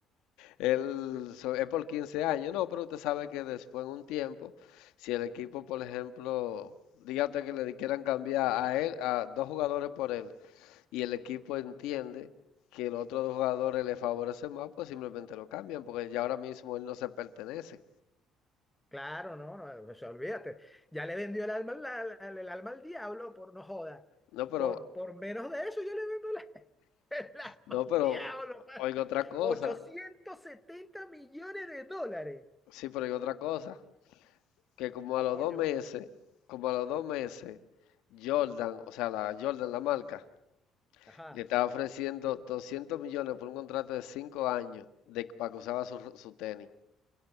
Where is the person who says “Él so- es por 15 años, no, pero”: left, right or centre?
Left